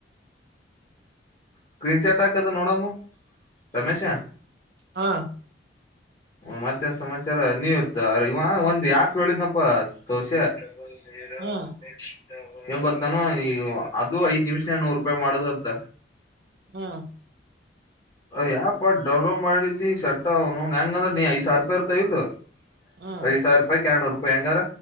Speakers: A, on the left; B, on the right.
A: ಸ್ಕ್ರೀನ್ ಶಾರ್ಟ್ ಹಾಕದು ನೋಡಮ್ಮ್ ರಮೇಶ,
B: ಹಾ
A: ಮತ್ತೆನ್ ಸಮಾಚಾರ ನೀವು ಇತ್ತ ಇವ ಒಂದ್ ಯಾಪ್ ಹೇಳಿದ್ನಪ್ಪ ತೋಷೖ. ಇದ
B: ಹಾ
A: ಸ್ಟ್ರೈಟ್ ಹೆಂಗ್ ಗೊತ್ತಾನು ಇವ ಅದು ಐದ್ ನಿಮಿಷ ನೂರು ರೂಪಾಯಿ ಮಾಡುದು ಅಂತ.
B: ಹಾ
A: ಯಾಪ್ ಡೌನ್ಲೋಡ್ ಮಾಡಿದ್ಲೀ ಸೆಂಟ್ರ ಅವನು ಹೆಂಗಂದ್ರ ನೀ ಐ ಸಾವಿರ ಯಿರ್ತಾವ ಇಲ್ಲೋ.
B: ಹಾ
A: ಐದು ಸಾವಿರ ರೂಪಾಯಿ ಕ್ಯಣೂರು ಹೆಂಗಾರ